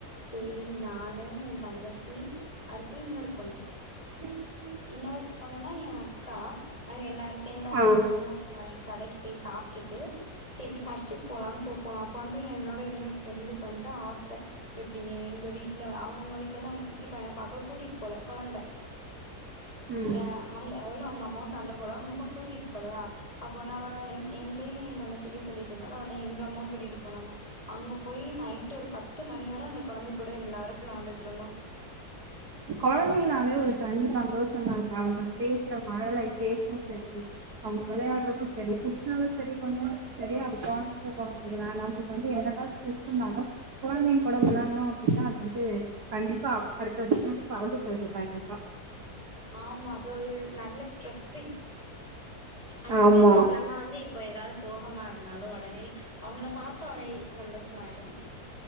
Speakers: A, on the left; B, on the right.
A: சேரி நானு எ தங்கச்சி அடுத்து இன்னோரு பொண்ணு
B: உம்
A: இன்னோரு பொண்ணுனா எ அக்கா நாங்க எல்லாரு சேந்து அப்டியே
B: ஆ
A: மோமோஸ் அ கடைக்கு போய் சாப்ட்டுட்டு சரி சர்ச்சுக்கு போலான்னு போபோனோ அப் அப்ப வந்து என்னோட இன்னையோரு ஃப்ரண்டுக்கு வந்து ஆச எப்டி எ எங்க வீட்ல அவங்க வீட்ல வந்து அவங்க சித்தி பையன பாக்க கூட்டிட் போல கொழந்த
B: ம்
A: அ அவங்க அவளு அவங்க அம்மாவு சண்ட போல அவங்க அம்மா கூட்டிட்டு போலயா அப்ப நா அவ என் என்டியு ஏ தங்கச்சிட்டியு சொல்லிட்ருந்தாலா ஒன்னே எங்கம்மா கூட்டிட்டு போனாங்க அங்க போயி நைட்டு ஒரு பத்து மணி வரை அந்த கொழந்தை கூட எல்லாரு வெள்ளாண்டுட்ருந்தோ
B: கொழந்தைங்னாலே ஒரு தனி சந்தோஷோ தாங்க அவங்க பேசுற மழலை பேச்சு செரி அவுங்க வெளயாடுறது சரி திட்டினாலு செரி கொஞ்சினாலு செரி அது கொழந்தைக கொழந்தைகங்கதாங்க வந்து என்னதா ஸ்ட்ரஸ்சுனாலு கொழந்தைங்க கூட வெளயாட்ணு அப்டின்னா அது வந்து கண்டிப்பா அடுத்த நிமிஷோ வந்து பறந்து போயிடு கண்டிப்பா
A: ஆமா அது ஒரு நல்ல ஸ்ட்ரெஸ் ஃப்ரீ அடுத்து
B: ஆமா
A: நம்ம வந்து இப்போ எதாது சோகமா இருந்தாலு ஒடனே அவங்கள பாத்தா அப்டே சந்தோஷமாயிரு